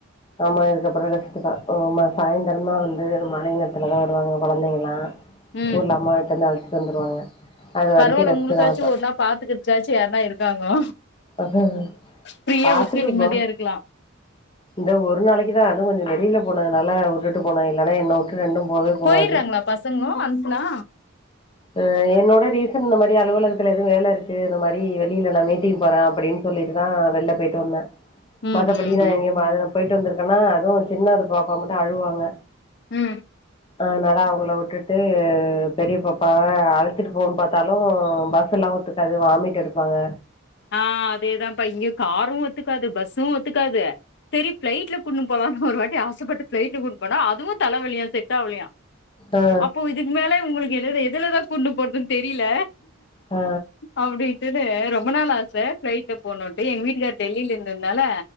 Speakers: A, on the left; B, on the left.
A: ஆமா இதுக்கப்புற ரெஸ்ட் தா ஆமா சாயந்திரமா வந்து மாலை நேரத்துல தா வருவாங்க கொழந்தைங்கலா
B: ம்
A: ஊர்ல அம்மா வீட்ல இருந்து அழைச்சிட்டு வந்துருவாங்க அது
B: பரவால்ல
A: வரைக்கு ரெஸ்ட்
B: உங்களுக்காச்சு
A: தா
B: ஒரு நாள் பாத்துக்கிறதுக்காச்சு யாருனா இருக்காங்கோ
A: இப்ப
B: ப்ரியா
A: பாத்துக்கப்போ
B: வுட்டு நிம்மதியா இருக்லா
A: இந்த ஒரு நாளைக்கு தா அது கொஞ்ச வெளியில போனதுனால வுட்டுட்டு போனா இல்லன்னா என்ன வுட்டு ரெண்டு போவே போவாது
B: போயிட்றாங்களா பசங்களு அனுப்புனா
A: ம் என்னோட ரீசன் இந்த மாரி அலுவலகத்துல எதுவு வேல இருக்கு இந்த மாரி வெள் வெளில நா மீட்டிங் போற அப்படின் சொல்லிட்டுதா வெள்ல போயிட்டு வந்த
B: ம்
A: மத்தபடி
B: ம்
A: நா
B: ம்
A: எங்கயு பாதுகா போயிட்டு வந்திருக்கன்னா அது சின்னது பாப்பா மட்டு அழுவாங்க
B: ம்
A: அதுனால அவுங்கள வுட்டுட்டு பெரிய பப்பாவ அழச்சிட்டு போனு பாத்தாலு பஸ் எல்லா ஒத்துக்காது வாமிட் எடுப்பாங்க
B: ஆ அதேதா பா இங்கயு காரு ஒத்துக்காது பஸ்ஸு ஒத்துக்காது சரி பிளைட்ல கூட்னு போலானு ஒரு வாட்டி ஆசைபட்டு ப்ளைட்ல கூட்னு போனா அதுவு தலைவலியா செட் ஆவலயா
A: ஆ
B: அப்போ இதுக்கு மேல இவங்களுக்கு என எதுலதா கூட்னு போறதுனு தெரியல
A: அ
B: அப்டீட்ன்டு ரொம்ப நாள் ஆச ஃபிளைட்ல போணுட்டு எங்க வீட்டுகார் டெல்லில இருந்தந்தால